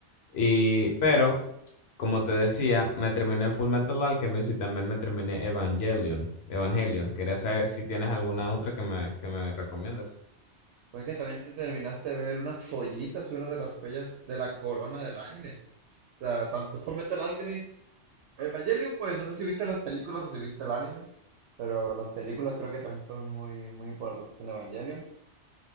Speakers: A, on the left; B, on the right.
A: Y, pero Como te decía, me terminé Full Metal Alchemist y también me terminé Evangelion. Evangelion. Quería saber si tienes alguna otra que me, que me recomiendas.
B: Fue que también te terminaste de ver unas joyitas, una de las joyas de la corona del anime. O sea, tanto Fullmetal Alchemist, Evangelion, pues no sé si viste las películas o si viste el anime, pero las películas creo que también son muy, muy importantes en Evangelion.